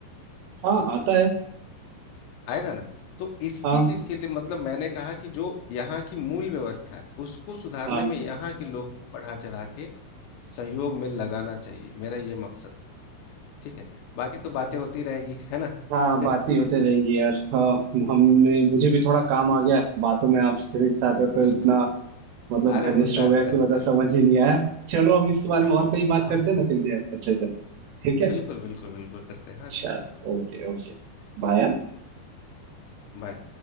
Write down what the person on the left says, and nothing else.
आएगा ना तो इसी
चीज़ के लिए मतलब मैंने कहा कि जो यहाँ की मूल व्यवस्था है उसको सुधारने
में यहाँ के लोग बढ़ा चढ़ा के सहयोग में लगाना चाहिए मेरा ये मकसद था ठीक है बाकी तो बातें होती रहेगी है ना
<laughs>
बिल्कुल
अरे
होता
है होता
है होता
है
हाँ
होता
है
बिल्कुल बिल्कुल बिल्कुल करते हैं हाँ जी
हाँ जी
बाय